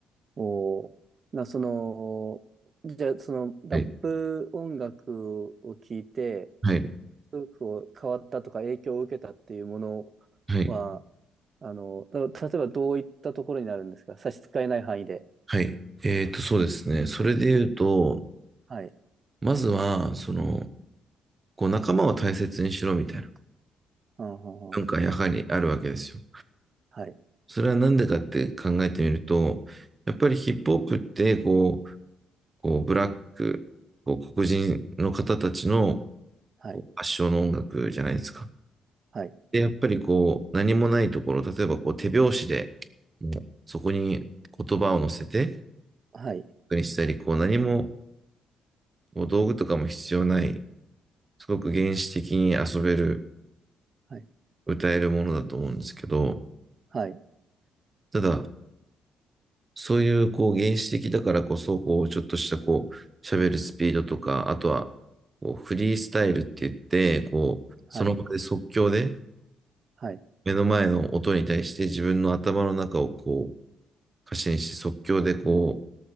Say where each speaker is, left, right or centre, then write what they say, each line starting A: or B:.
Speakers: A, on the right; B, on the right.
A: おーな、その、じゃあ、その、ラップ音楽を聞いて、
B: はい。はい。
A: すごくこう変わったとか影響を受けたっていうもの
B: はい。
A: は、あの、た例えばどういったところになるんですか差し支えない範囲で。
B: はい。えっと、そうですね。それで言うと、
A: はい。
B: まずは、その、こう、仲間を大切にしろみたいな
A: はんはんはん。
B: 文化はやはりあるわけですよ。
A: はい。
B: それはなんでかって考えてみると、やっぱりヒップホップって、こう、こうブラック、こう黒人の方たちの
A: はい。
B: こう発祥の音楽じゃないですか。
A: はい。
B: で、やっぱりこう、何もないところ、例えばこう手拍子で、もうそこに言葉を乗せて、
A: はい、
B: にしたり、こう、何も、こう道具とかも必要ない、すごく原始的に遊べる、
A: はい、
B: 歌えるものだと思うんですけど、
A: はい、
B: ただ、そういうこう原始的だからこそ、こうちょっとしたこう喋るスピードとか、あとはこうフリースタイルって言って、こうその場で即興で
A: はい、はい。
B: 目の前の音に対して自分の頭の中をこう歌詞にして即興でこ